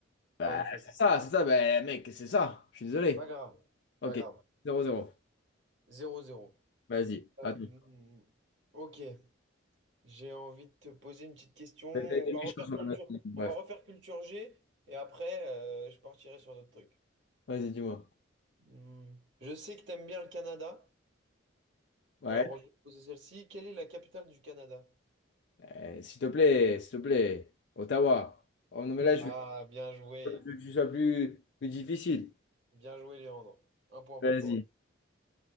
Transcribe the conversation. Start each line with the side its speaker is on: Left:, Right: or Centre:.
Left: Bah,
Right: pas ouf la
Left: c'est
Right: question.
Left: ça, c'est ça. Bah, mec, c'est ça. Je suis désolé.
Right: Pas grave,
Left: Ok,
Right: pas grave.
Left: zéro zéro
Right: zéro zéro
Left: Vas-y,
Right: Euh,
Left: attends.
Right: ok, j'ai envie de te poser une petite question. On
Left: T'as été
Right: va
Left: méchant
Right: refaire
Left: sur
Right: culture,
Left: la machine. Bref,
Right: on va refaire culture G et après, euh, je partirai sur d'autres trucs.
Left: vas-y, dis-moi.
Right: Hmm, Je sais que tu aimes bien le Canada.
Left: Ouais.
Right: Alors, je vais te poser celle-ci. Quelle est la capitale du Canada?
Left: Euh, s'il te plaît, s'il te plaît. Ottawa. Oh non, mais là, je
Right: Ah,
Left: que
Right: bien joué.
Left: ce soit plus, plus difficile.
Right: Bien joué, Léandre. Un point
Left: Vas-y.
Right: pour toi.